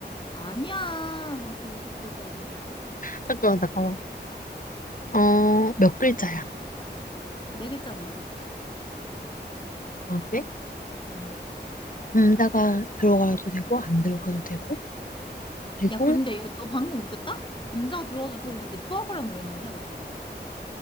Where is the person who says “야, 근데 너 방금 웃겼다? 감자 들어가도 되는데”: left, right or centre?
Left